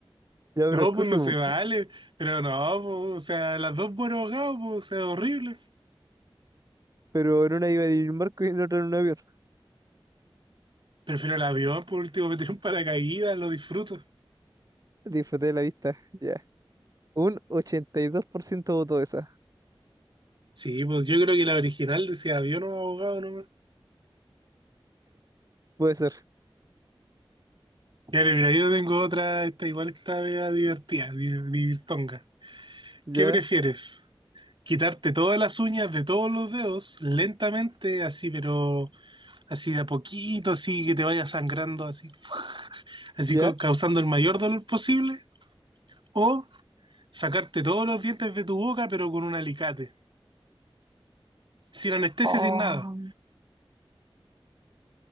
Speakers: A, on the right; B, on the right.
A: ya, pero
B: No,
A: escoge,
B: pues no se vale.
A: pues.
B: Pero no, po. O sea, las dos muero ahogado, po. O sea, horrible.
A: Pero en una iba en un barco y en otra en un avión.
B: Prefiero el avión, por último, meter un paracaídas, lo disfruto.
A: Disfruté de la vista, ya. Un 82% votó esa.
B: Sí, pues yo creo que la original decía avión o abogado nomás.
A: Puede ser,
B: Ya, mira, yo tengo otra, esta igual está media divertida, di- divirtonga.
A: ya,
B: ¿Qué prefieres? ¿Quitarte todas las uñas de todos los dedos lentamente, así, pero así de a poquito, así que te vaya sangrando, así, así
A: ya.
B: co- causando el mayor dolor posible? ¿O sacarte todos los dientes de tu boca, pero con un alicate? Sin anestesia,
A: Oh.
B: sin nada.